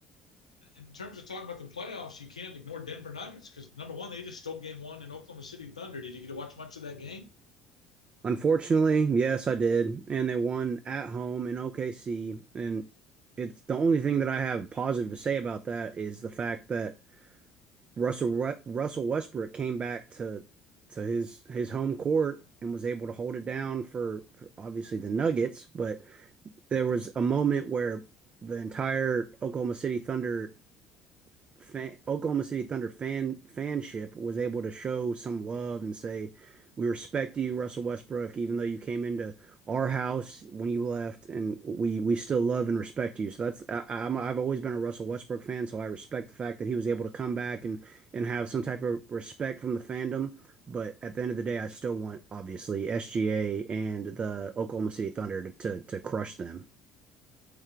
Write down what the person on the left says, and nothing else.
in terms of talking about the playoffs, you can't ignore Denver Nuggets because number one, they just stole game one in Oklahoma City Thunder. Did you get to watch much of that game?